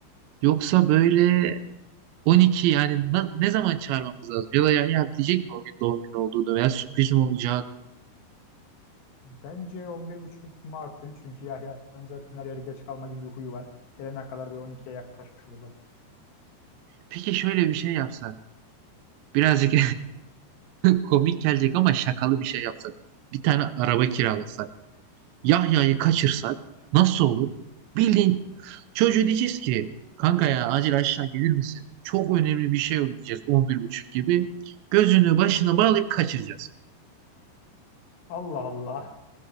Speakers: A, on the right; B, on the left.
A: Yoksa böyle 12 yani na- ne zaman çağırmamız lazım? Ya da Yahya bilecek mi o gün doğum günü olduğunu veya sürpriz mi olacak?
B: Bence on bir buçuk makul çünkü Yahya'nın zaten her yere geç kalma gibi bir huyu var. Gelene kadar bir on ikiye yaklaşmış olur vakit.
A: Peki şöyle bir şey yapsak. Birazcık <laughs> komik gelecek ama şakalı bir şey yapsak. Bir tane araba kiralasak. Yahya'yı kaçırsak nasıl olur? Bildiğin çocuğu diyeceğiz ki kanka ya acil aşağı gelir misin? Çok önemli bir şey oldu diyeceğiz 11.30 gibi. Gözünü başına bağlayıp kaçıracağız.
B: Allah Allah.